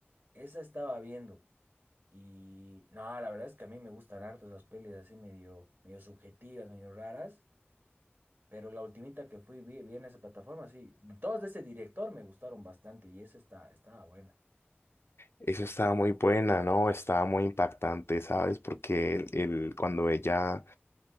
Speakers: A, on the right; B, on the left.
A: Esa estaba viendo y no, la verdad es que a mí me gustan harto esas pelis así medio, medio subjetivas, medio raras, pero la ultimita que fui vi, vi en esa plataforma, sí, todas de ese director me gustaron bastante y esa está, estaba buena.
B: Esa estaba muy buena, ¿no? Estaba muy impactante, ¿sabes? Porque el, el- cuando ella